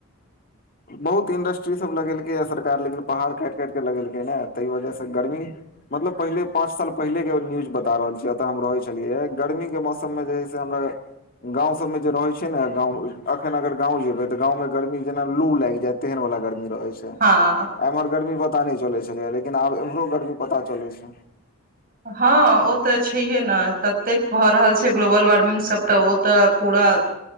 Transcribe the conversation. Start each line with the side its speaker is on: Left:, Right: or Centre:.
Left: बहुत इंडस्ट्रीसभ लगेलकैए सरकार लेकिन पहाड़ काटि काटि कऽ लगेलकै नै ताहि वजहसँ गर्मी मतलब पहिले पाँच साल पहिलेकेो न्यूज बता रहल छियै एतऽ हम रहै छलियै गर्मीके मौसममे जे है से हमरा गाँं सबमे जे रहे छै ने गाँंव अखन अगर गाँं जेबै तऽ गाँव मे गर्मी जेना लू लाग जायत तेहन वला गर्मी रहै छै
Right: हँ
Left: एम्हर गर्मी पता नहि चलै छलैय लेकिन आब एम्रो गर्मी पता चलै छै
Right: हँ ओ तऽ छैहे नऽ ततेक भऽ रहल छै ग्लोबल वार्मिंगसभ तऽ ओ तऽ पूरा